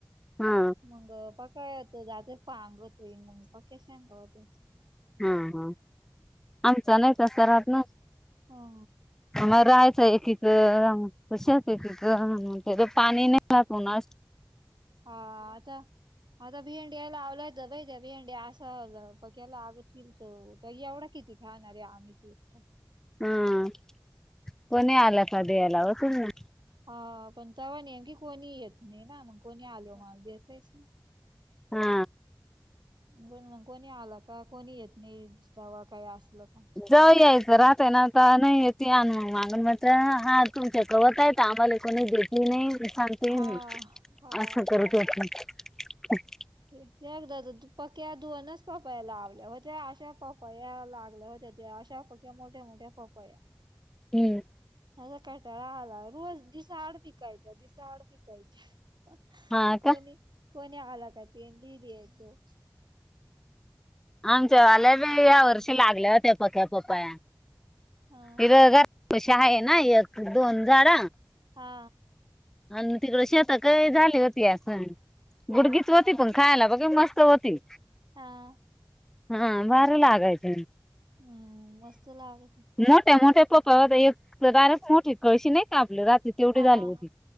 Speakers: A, in the centre; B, on the right.
A: हा
B: मगपा काय दुदाच पांगत होई मग पक्या शेंगा होत्या
A: हा, हा आमचा नाही तसा रात ना
B: हा
A: आम्हा राहायचं एकीक आमच शात एकीक पाणी नाही ना रहात
B: हा आता आता भिंडी यायला आवलायेत पाहिजे भिंड्या असं आलं पक्याला तींत एवढा किती खाणार आहे आम्हीची एकट
A: हा कोणी आला का द्यायला तुम ना
B: ह पण तव्हा नेमकी कोणी येत नाही ना मग कोणी आलो माग देवतयस
A: हा
B: बोल ना कोण आलं का कोणी येत नाही जवा काही असल का
A: जा यायचं राहतय ना आता नाही येती आण मग मागून मात्र हा तुमच्या कवत आहेत तब वाली कोणी देेती नाही सांगतीती
B: हा
A: नाही
B: हा
A: अस करत होते <unintelligible>
B: ते एकदा पक्या दुनच पपाया लावल्या होत्या अशा पपा या लागल्या होत्या त्या त्या पक्या मोठ्या, मोठ्या पपया
A: हम्म
B: मझ कटाळा आला. रोज दिसाआड पिकायच्या दिसाआड पिकायच्या
A: हा
B: कोणी,
A: का
B: कोणी आला का तीच दियाचो
A: आमच्या वाल्या बी या वर्षी लागल्या होत्या पक्या पपया
B: हा.
A: हिरर पशी आहे ना एक, दोन झाड
B: हा
A: आणि तिकडे शेत काही झाली होती अस
B: हा
A: गुडगीच होत ती पण खायला बाकी मस्त होती
B: हां
A: हां भारी लागायची
B: हम्म मस्त लागती
A: मोठ्या, मोठ्या पपया एक रानच मोठी कळशी नाही का आपली राती तेवढी
B: हा.
A: झाली होती